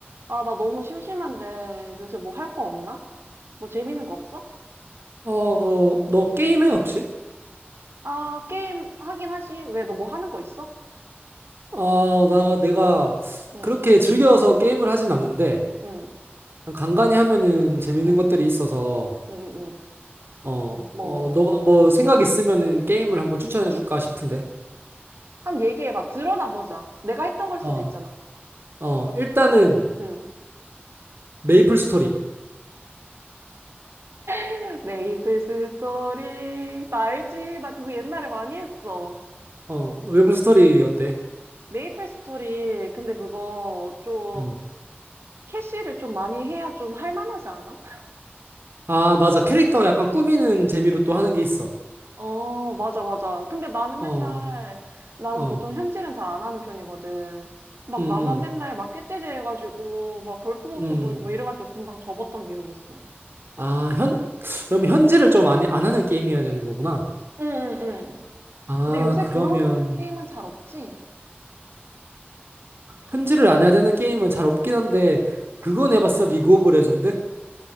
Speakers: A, on the right; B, on the right.
A: 아, 나 너무 심심한데 요새 뭐 할 거 없나? 뭐 재밌는 거 없어?
B: 어, 어, 너 게임해, 혹시?
A: 아, 게임 하긴 하지. 왜 너 뭐 하는 거 있어?
B: 아, 나, 내가
A: 응,
B: 그렇게 즐겨서 게임을 하진 않는데,
A: 응,
B: 그냥 간간히 하면은 재밌는
A: 응,
B: 것들이 있어서,
A: 응, 응. 응.
B: 어,
A: 뭐,
B: 어,
A: 뭐, 뭐.
B: 너가 뭐 생각 있으면은 게임을
A: 응.
B: 한번 추천해 줄까 싶은데.
A: 한번 얘기해봐. 드러나 보자. 내가 했던 걸 수도
B: 어,
A: 있잖아.
B: 어, 일단은
A: 응.
B: 메이플 스토리.
A: <laughs> 메이플 스토리. 나 알지? 나 그거 옛날에 많이 했어.
B: 어, 메이플 스토리 어때?
A: 메이플 스토리. 근데 그거 좀
B: 음.
A: 캐시를 좀 많이 해야 좀 할만하지 않아?
B: 아, 맞아. 캐릭터 약간 꾸미는 재미로 또 하는 게 있어.
A: 어, 맞아, 맞아. 근데 나는
B: 어,
A: 맨날, 나는
B: 어,
A: 보통 현질은 잘 안 하는 편이거든. 막
B: 음,
A: 나만 맨날 막 깨째제 해가지고, 막 볼품없어
B: 음, 음.
A: 보이고, 막 이래가지고 금방 접었던 기억이 있어.
B: 아, 현, 그럼 현질을 좀 안, 안 하는 게임이어야 되는 거구나.
A: 응, 응, 응.
B: 아,
A: 근데 요새
B: 그러면
A: 그런 게임은 잘 없지?
B: 현질을 안 해야 되는 게임은 잘 없긴 한데 그건
A: 응.
B: 해봤어? 리그 오브 레전드?